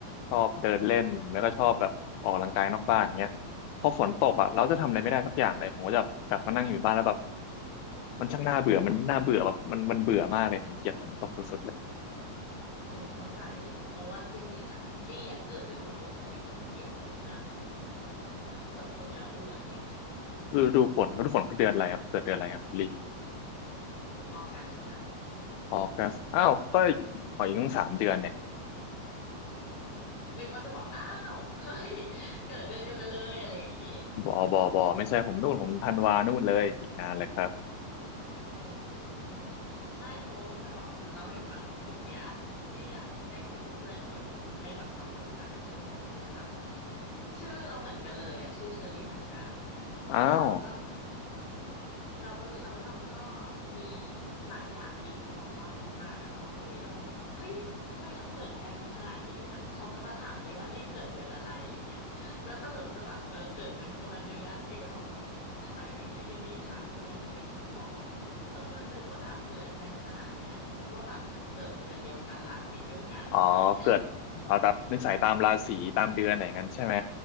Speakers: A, on the left; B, on the left.
A: ชอบเดินเล่นแล้วก็ชอบแบบออกกำลังกายนอกบ้านอย่างเงี้ยพอฝนตกอ่ะเราจะทำอะไรไม่ได้สักอย่างเลยผมก็จะกลับมานั่งอยู่บ้านแล้วแบบมันช่างน่าเบื่อมันน่าเบื่อแบบมันมันเบื่อมากเลยผมเกลียดฝนตกสุดๆเลย
B: เออเข้าใจเลยเพราะว่าจริงๆอ่ะลี่อยากเกิดฤดูฝนแต่ลี่ก็คือเกลียดฝนมากเหมือนกันแบบว่าฝนตกอีกแล้วเบื่ออะไรเงี้ยอืมไม่ชอบ
A: ฤดูฝนฤดูฝนคือเดือนอะไรครับเกิดเดือนอะไรครับคุณลิ
B: ออกัสค่ะ
A: ออกัสอ้าวก็อีกอออีกตั้งสามเดือนเนี่ย
B: นึกว่าจะบอกอ้าวเฮ้ยเกิดเดือนเดียวกันเลยอะไรอย่างงี้
A: บอบอบอไม่ใช่ผมนู่นผมธันวานู่นเลยอีกนานเลยครับ
B: อืมไม่เพราะว่าจะบอกจะเล่าให้ฟังว่าเมื่อกี้ลี่อะได้คุยกับเพื่อนคนหนึ่งได้แบบทำความรู้จักกับเพื่อนคนหนึ่งใช่ไหมคะชื่อเราเหมือนกันเลยอ่ะชื่อเชอรี่เหมือนกัน
A: อ้าว
B: แล้วเราก็ แล้วแล้วเราก็มีทุกหลายอย่างอินคอมมอนมากๆอะพอคุยแล้วแบบเฮ้ยทำไมเราเหมือนกันขนาดนี้แล้วเขาก็มาถามลิว่าลิเกิดเดือนอะไรอะไรอย่างเงี้ยแล้วสรุปก็แบบเออเกิดกันคนละเดือนลิก็บอกว่าทำไมถึงอยู่ดีๆถามเดือนอะไรเขาเขาบอกว่าเออนึกว่าแบบเหมือนกันขนาดเนี้ยนึกว่าแบบจะเกิดเดือนเดียวกันราศีเดียวกันอะไรอย่างเงี้ย
A: อ๋อเกิดเอาตามนิสัยตามราศีตามเดือนอะไรอย่างนั้นใช่ไหม